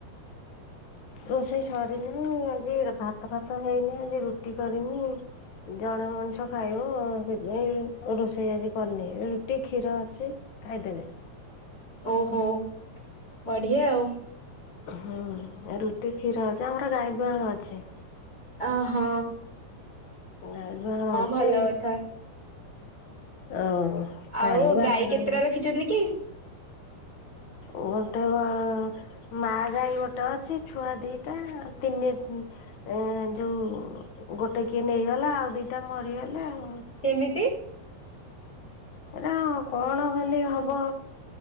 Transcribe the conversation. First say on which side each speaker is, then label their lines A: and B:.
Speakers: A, on the left; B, on the left.
A: ରୋଷେଇ ସରୀନି। ମୁଁ ଆଜି ଭାତ ଫାତ ହେଇନି ଆଜି ରୁଟି କରିମି। ଜଣେ ମଣିଷ ଖାଇବ ସେଥିପାଇଁ ରୋଷେ ସେଇ ଆଜି କରିନି ରୁଟି କ୍ଷୀର ଅଛି ଖାଇଦେବେ।
B: ଓହୋ ବଢିଆ ଆଉ।
A: ହୁଁ ଆଉ ରୁଟି କ୍ଷୀର ଅଛି ଆମର ଗାଈ ଦୁହାଣ ଅଛି।
B: ଅହଁ।
A: ଆଁ ଗୁହାଳ ଅଛି
B: ଭଲ କଥା
A: ଆଉ
B: ଆଉ
A: କାଇଁ ଭାତ
B: ଗାଈ କେତେଟା
A: ରାନ୍ଧୁ
B: ରଖିଛନ୍ତି କି?
A: ଗେଟେ ପା ମାଆ ଗାଈ ଗୋଟେ ଅଛି ଛୁଆ ଦିଟା ତିନି ଏ ଯୋଉ ଗୋଟେ କିଏ ନେଇଗଲା ଆଉ ଦିଟା ମରିଗଲେ ଆ
B: କେମିତି?
A: ଏଇଟା କଣ ଖାଲି ହବ